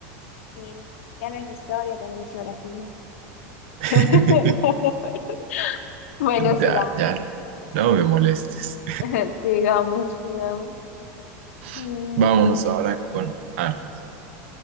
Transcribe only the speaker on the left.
Sí, ya no es historia, también es geografía.
<laughs> Bueno, sigamos.
<laughs> Sigamos, sigamos. Mm,